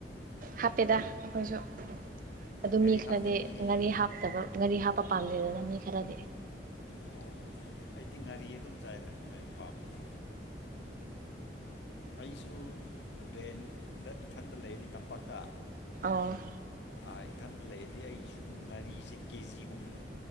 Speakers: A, on the right; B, on the left.
A: ꯍꯥꯞꯄꯦꯗ ꯑꯩꯈꯣꯏꯁꯨ ꯑꯗꯨ
B: ꯉꯥꯔꯤ
A: ꯃꯤ
B: ꯍꯥꯞꯀꯅꯤ
A: ꯈꯔꯗꯤ ꯉꯥꯔꯤ ꯍꯥꯞꯇꯕ ꯉꯔꯤ ꯍꯥꯞꯄ ꯄꯥꯝꯗꯦꯗꯅ ꯃꯤ ꯈꯔꯗꯤ
B: ꯑꯣ ꯑꯩꯗꯤ ꯉꯥꯔꯤ ꯑꯗꯨꯝ ꯆꯥꯏꯗ ꯉꯥꯔꯤ ꯄꯥꯝꯃꯤꯗ ꯑꯩꯁꯨ ꯔꯦꯟꯗ ꯏꯊꯟꯗ ꯂꯩꯔꯤ ꯇꯝꯄꯥꯛꯇ
A: ꯑ
B: ꯑ ꯏꯊꯟꯇ ꯂꯩꯔꯗꯤ ꯑꯩꯁꯨ ꯉꯥꯔꯤꯁꯦ ꯀꯦꯖꯤꯒꯨꯝ